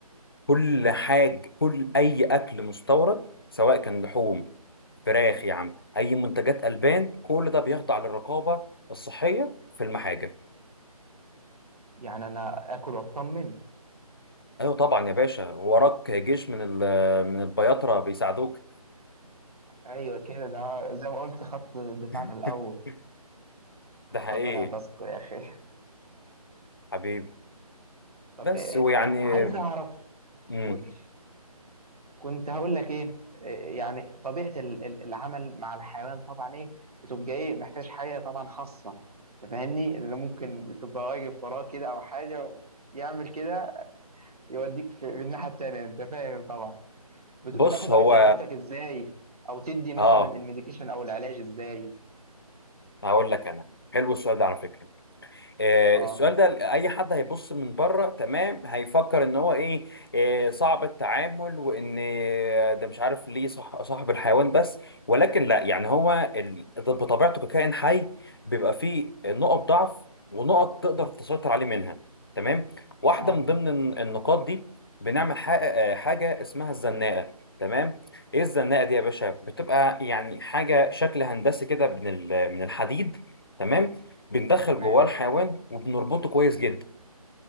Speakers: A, on the left; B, on the right.
A: كل حاجة كل أي أكل مستورد سواء كان لحوم فراخ يا عم أي منتجات ألبان كل ده بيخضع للرقابة الصحية في المحاجة
B: يعني أنا آكل وأطمن
A: أيوة طبعا يا باشا وراك جيش من ال- من البياطرة بيساعدوك
B: أيوه كده ده زي ما قلت خط دفاعنا
A: <laughs>
B: الأول
A: ده حقيقي
B: ربنا يحفظكم يا أخي
A: حبيبي
B: طب
A: بس
B: إيه-
A: ويعني
B: عايز اعرف
A: مم.
B: قول لي كنت هقول لك ايه إيه، يعني طبيعة ال- ال- العمل مع الحيوان طبعا ايه بتبقى ايه محتاج حاجة طبعا خاصة تفهمني لان ممكن تبقى واقف وراه كده او حاجة يعمل كده يوديك في في الناحية التانية انت فاهم طبعا بت-
A: بص
B: بتاخد
A: هو
B: احتياطاتك ازاي او تدي مثلا
A: اه
B: الميديكيشن او العلاج ازاي
A: هقول لك انا حلو السؤال ده على فكرة آه،
B: اه
A: السؤال ده اي حد هيبص من بره تمام هيفكر ان هو ايه آه، صعب التعامل وان آه، ده مش عارف ليه صح صاحب الحيوان بس ولكن لا يعني هو ال- ده بطبيعته ككائن حي بيبقى فيه نقط ضعف ونقط تقدر تسيطر عليه منها تمام واحده
B: اه
A: من ضمن الن- النقاط دي بنعمل ح- آه، حاجه اسمها الزناقه تمام ايه الزناقه دي يا باشا بتبقى يعني حاجه شكل هندسي كده من ال- من الحديد تمام بندخل
B: تمام
A: جواه الحيوان وبنربطه كويس جدا